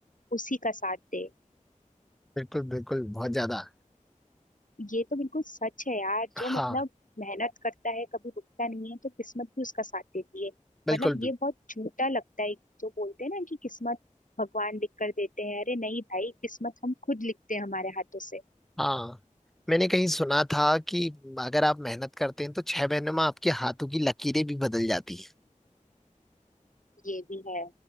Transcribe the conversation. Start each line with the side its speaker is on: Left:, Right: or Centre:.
Left: उसी का साथ दे
Centre: बिल्कुल बिल्कुल बहुत ज्यादा
Left: ये तो बिल्कुल सच है यार जो
Centre: हाँ
Left: मतलब मेहनत करता है कभी रुकता नहीं है तो किस्मत भी उसका साथ देती है
Centre: बिल्कुल
Left: मतलब
Centre: भी
Left: ये बहुत झूठा लगता है जो बोलते हैं ना कि किस्मत भगवान लिख कर देते हैं अरे नहीं भाई किस्मत हम खुद लिखते हैं हमारे हाथों से
Centre: हाँ मैंने कहीं सुना था कि अगर आप मेहनत करते हैं तो छह महीने में आपके हाथों की लकीरें भी बदल जाती हैं
Left: ये भी है